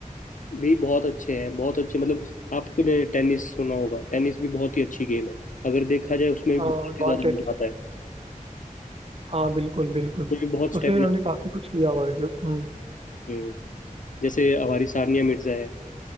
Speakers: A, on the left; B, on the right.
A: भी बहुत अच्छे हैं बहुत अच्छे मतलब आपने टेनिस सुना होगा टेनिस भी बहुत ही अच्छी गेम है अगर देखा जाए उसमें भी
B: हाँ
A: बहुत
B: नॉन
A: ही ज्यादा
B: टेनिस
A: मजा आता है
B: हाँ बिल्कुल बिल्कुल
A: उसमें भी बहुत स्टेमिना
B: उसमें भी हमने काफी कुछ किया हुआ वैसे हम्म
A: हम्म जैसे हमारी सानिया मिर्जा है